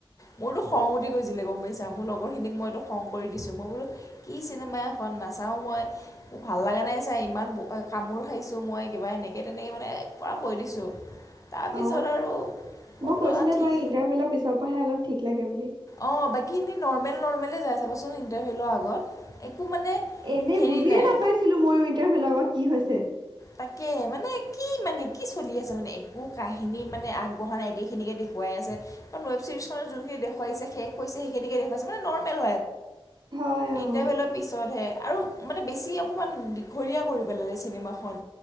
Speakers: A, on the left; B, on the right.
A: মোৰতো খং উঠি গৈছিলে গম পাইছা মোৰ লগৰখিনিক মইো খং কৰি দিছো মই বোলো কি চিনেমা এখন নাচাওঁ মই ভাল লগা নাই চাই ইমান কামোৰ খাইছোঁ মই কিবা এনেকৈ এনেকে তেনেকৈ মানে পৰা কৈ দিছোঁ তাৰপিছত
B: অ
A: আৰু
B: মই
A: বোলো
B: কৈছো
A: আ
B: নে
A: ঠিক
B: তোমাৰ ইণ্টাৰভেলৰ পিছৰ পৰাহে অলপ ঠিক লাগে বুলি
A: অ বাকীখিনি নৰ্মেল নৰ্ম যাই চাবচোন ইটাৰভিউ লোৱাৰ আগত মানে
B: এনে
A: হেৰি
B: বুজিয়ে
A: নাই
B: নাপাইছিলো মইো ইণ্টাৰভেলৰ কি হৈছে
A: তাকে মানে কি মানে কি চলি আছে মানে একো কাহিনী মানে আগ বহা নাই আকেখিনিকে দেখুৱাই আছে ৱব ছিৰিজখত যোনখিনি দেখুৱাইছে শেষ পৰিছে সেইখিনিকে দেখুৱাইছোনে নৰ্মেল
B: হয়
A: ইটাৰভেলৰ
B: অ'
A: পিছতহে আৰু মানে বেছি অকণমান দীঘলীয়া কৰি পেলালে চিনেমাখন